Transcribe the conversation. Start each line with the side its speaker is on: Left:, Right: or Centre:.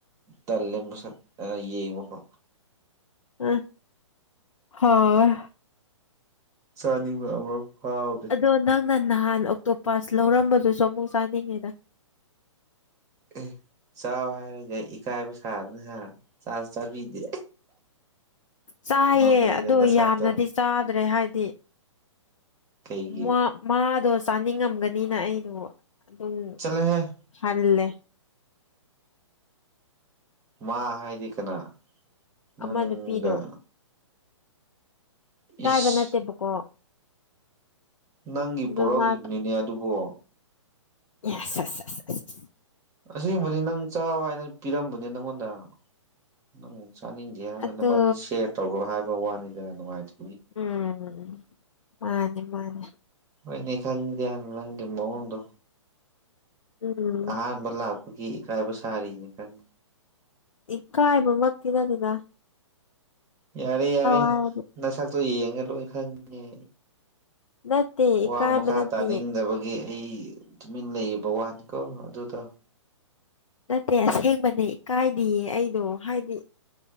Right: ꯇꯜꯂ‌ꯦ ꯃꯁꯛ ꯑ ꯌꯦꯡꯕꯐ
Left: ꯑ ꯍꯥꯋ‌ꯦ
Right: ꯆꯥꯅꯤꯡꯕ ꯑꯃꯔꯛ ꯐꯥꯎ
Left: ꯑꯗꯣ ꯅꯪꯅ ꯅꯍꯥꯟ ꯑꯣꯛꯇꯣ ꯄꯁ ꯂꯧꯔꯝꯕꯗꯨꯁꯨ ꯑꯃꯨꯛ ꯆꯥꯅꯤꯡꯉꯦꯗ
Right: ꯑꯦ ꯆꯥꯎ ꯍꯥꯏꯔꯒ ꯏꯀꯥꯏꯕ ꯁꯥꯗꯅ ꯍꯥ ꯆꯥꯁꯨ ꯆꯥꯕꯤꯗꯦ
Left: ꯆꯥꯏꯌꯦ
Right: ꯅꯣꯛꯅꯤꯡꯗ
Left: ꯑꯗꯣ
Right: ꯅꯁꯛꯇꯣ
Left: ꯌꯥꯝꯅꯗꯤ ꯆꯥꯗ꯭ꯔꯦ ꯍꯥꯏꯗꯤ
Right: ꯀꯩꯒꯤ
Left: ꯃꯥ ꯃꯥꯗꯣ ꯆꯥꯅꯤꯡꯉꯝꯒꯅꯤꯅ ꯑꯩꯗꯣ ꯑꯗꯨꯝ
Right: ꯆꯂꯦ ꯍꯦ
Left: ꯈꯜꯂꯦ
Right: ꯃꯥ ꯍꯥꯏꯗꯤ ꯀꯅꯥ ꯅꯪꯒ
Left: ꯑꯃ ꯅꯨꯄꯤꯗꯣ ꯏꯀꯥꯏꯕ
Right: ꯏꯁ
Left: ꯅꯠꯇꯦꯕꯀꯣ
Right: ꯅꯪꯒꯤ
Left: ꯑꯗꯣ
Right: ꯄ‌ꯣꯔꯛꯏꯕꯅꯤꯅꯦ
Left: ꯃꯥ
Right: ꯑꯗꯨꯕꯨ
Left: ꯌ‌ꯦꯁ ꯑꯖ ꯑꯖ ꯑꯖ ꯑꯖ
Right: ꯑꯁꯤꯒꯨꯝꯕꯗꯤ ꯅꯪ ꯆꯥꯎ ꯍꯥꯏꯅ ꯄꯤꯔꯝꯕꯅꯤ ꯅꯪꯉꯣꯟꯗ ꯅꯪ ꯆꯥꯅꯤꯡ ꯗ‌ꯦ ꯍꯥꯏꯕ
Left: ꯑꯗꯣ
Right: ꯅꯕꯥꯅꯤ ꯁꯦꯌꯔ ꯇꯧꯔꯣ ꯍꯥꯏꯕ ꯋꯥꯅꯤꯗ ꯅꯨꯡꯉꯥꯏꯇ
Left: ꯎꯝ ꯃꯥꯅꯦ ꯃꯥꯅꯦ
Right: ꯍꯣꯏꯅꯤ ꯈꯪꯗꯦ ꯅꯪꯒꯤ ꯃꯧꯋ‌ꯣꯡꯗꯨ
Left: ꯎꯝ
Right: ꯑꯥꯍꯥꯟꯕ ꯂꯥꯛꯄꯒꯤ ꯏꯀꯥꯏꯕ ꯁꯥꯔꯤꯅꯤ ꯈꯪ
Left: ꯏꯀꯥꯏꯕꯃꯛꯇꯤ ꯅꯠꯇ‌ꯦꯗꯥ
Right: ꯌꯥꯔꯦ ꯌꯥꯔꯦ
Left: ꯍꯥꯏꯔꯗꯤ
Right: ꯅꯁꯛꯇꯣ ꯌꯦꯡꯉ ꯂꯣꯏ ꯈꯪꯉ‌ꯦ
Left: ꯅꯠꯇꯦ ꯏꯀꯥꯏꯕ
Right: ꯋꯥ ꯃꯈꯥ
Left: ꯅꯠꯇꯤꯌꯦ
Right: ꯇꯥꯅꯤꯡꯗꯕꯒꯤ ꯑꯩ ꯇꯨꯃꯤꯟ ꯂꯩꯕ ꯋꯥꯅꯤꯀꯣ ꯑꯗꯨꯗ‌ꯣ
Left: ꯅꯠꯇꯦ ꯑꯁꯦꯡꯕꯅꯦ ꯏꯀꯥꯏꯗꯤꯌꯦ ꯑꯩꯗꯣ ꯍꯥꯏꯗꯤ